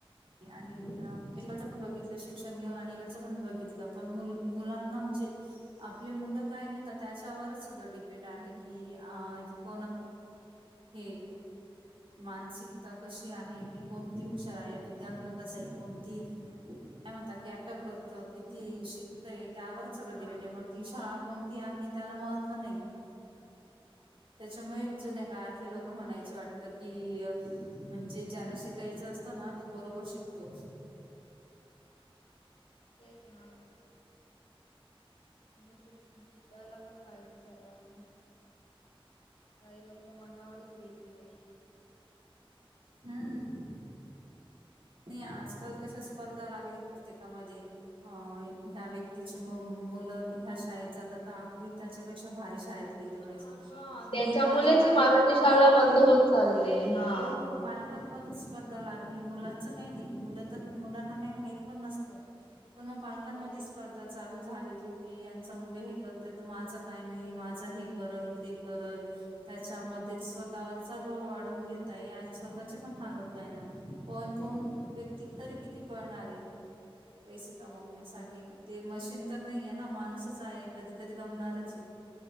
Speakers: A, on the right; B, on the left.
A: आणि इकड पण बघितलं शिक्षण घेऊन आणि इकडचं पण बघितलं पण मुलांना आप घ त्या सग डपेंड आहे क हे मानसिकता कशी आहे किी कोणती हुशार आहे बुद्धांक कस आहे कोणती काय म्हणता कॅप करत किती शिकतय त्यावरच सगं
B: हा.
A: वेंडे मग ती शाळा कोणती आहे त्याला महत्त्व नाही त्याच्यामुळेच
B: हा
A: जुन्या काळातले लोकं म्हणायचे वाटते की म्हणजे ज्याला शिकायच असत ना तो बरोबर शिकतो
B: <inaudible> ते जणाव आणि शिकायला पण पाहिजे सर्वांनी, काही लोक मनावरच घेत नाही
A: हम्म, नाही आजकाल कशा स्पर्धा
B: काही
A: लागली प्रत्येकामध्ये अ ह्या व्यक्तीची मुलं ह्या शाळेत जात तर आपली त्याच्यापेक्षा भारी शाळेत लं
B: हा
A: पाहिजे
B: हा
A: हे
B: त्याच्यामुळेच
A: म्हणजे पालकांमध्ये
B: ही मराठी शाळा बंद होत चालली हा.
A: हो पा त्यांमध्ये स्पर्धा लागली मुलांच काही नाही मुलं तर मुलांना काही माहित पण नसतं पण मग पालकांमध्ये
B: मस्त ते
A: स्पर्धा चालू झाली मा का नाही माझ हे त्या मध्ये स्वतःवरचा लोड वाढवून घेतय आणि स्वतःचे पण हाल होत आहे ना पन पन
B: हो
A: व्यक्तिक तरी किती पळणार ये, पैसे कमावण्यासाठी ते मशीन तर नाही आहे ना माणूसच आहे कधीतरी दमणारच आहे